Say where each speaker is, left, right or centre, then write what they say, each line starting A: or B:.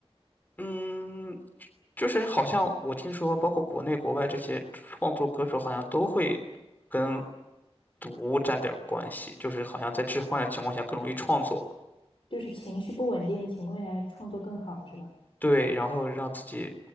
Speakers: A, on the left; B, on the left.
A: 嗯，就是好像我听说，包括国内国外这些创作歌手好像都会跟毒沾点儿关系，就是好像在致幻的情况下更容易创作，
B: 就是情绪不稳定的情况下创作更好，是吧？
A: 对，然后让自己